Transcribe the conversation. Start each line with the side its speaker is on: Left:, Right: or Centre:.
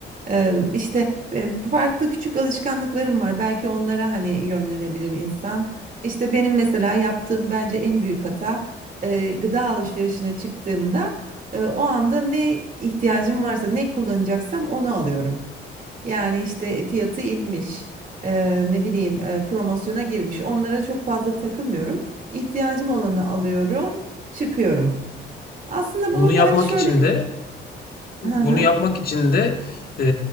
Right: Eee, işte e, farklı küçük alışkanlıklarım var. Belki onlara hani yönlenebilir insan. İşte benim mesela yaptığım bence en büyük hata e, gıda alışverişine çıktığımda e, o anda ne ihtiyacım varsa ne kullanacaksam onu alıyorum. Yani işte fiyatı inmiş. e, ne bileyim e, promosyona girmiş. Onlara çok fazla takılmıyorum. İhtiyacım olanı alıyorum, çıkıyorum. Aslında
Left: Bunu
Right: bunun
Left: yapmak
Right: da hani şöyle
Left: için de bunu
Right: Hı hı.
Left: yapmak için de eee,